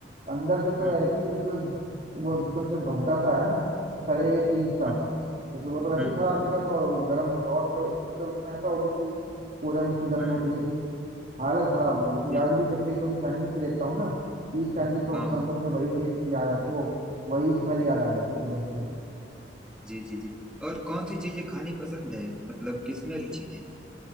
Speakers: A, on the right (about 45°); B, in the centre.
A: अंदर से तो
B: हम्म
A: ऐसी
B: हम्म
A: मतलब वो एकदम से भभका सा है ना सड़े हुए चीज का
B: हम्म
A: क्योंकि वो तो वैसे
B: हम्म
A: ही खराब
B: हम्म,
A: हो गया था और वो गर्म हो गया और तो मतलब उसमें ऐसा हो गया कि पूरे में उसकी गंध
B: हम्म,
A: उड़
B: हम्म, हम्म।
A: रही थी हालत खराब हो गई थी
B: जी जी
A: आज भी जब भी कभी सैंडविच देखता हूँ ना कि सैंडविच सोचता
B: हाँ हाँ
A: हूँ तो मुझे वही टेस्ट याद आता वो वही स्मेल याद आ जाती है एकदम से
B: जी जी जी और कौन सी चीजें खानी पसंद है मतलब किसमें रुचि है